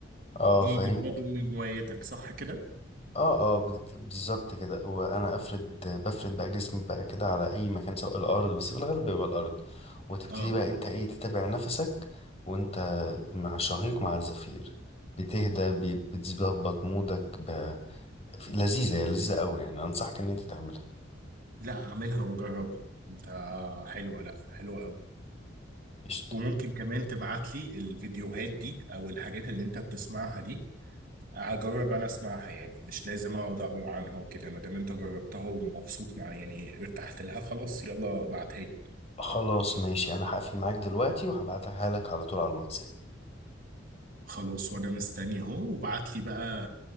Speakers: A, on the left; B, on the right.
A: اه
B: دي
A: فاهمني
B: دي برضه من هواياتك صح كده؟
A: اه اه بت- بالظبط كده وانا افرد بفرد بقى جسمي بقى كده على اي مكان سواء الارض بس في الغالب بيبقى الارض وتبتدي
B: اه
A: بقى انت ايه تتابع نفسك وانت مع الشهيق مع الزفير بتهدى بي- بتظبط مودك ب... في- لذيذة هي لذيذة قوي يعني انصحك ان انت تعملها
B: لا اعملها واجربها انت حلوه لا حلوه قوي
A: قشطة
B: وممكن كمان تبعت لي الفيديوهات دي او الحاجات اللي انت بتسمعها دي هجرب انا اسمعها يعني مش لازم اقعد اقرا عنها وكده ما دام انت جربتها ومبسوط مع يعني ارتحت لها خلاص يلا ابعتها لي
A: خلاص ماشي انا هقفل معاك دلوقتي وهبعتها لك على طول على الواتساب
B: خلاص وانا مستني اهو وابعت لي بقى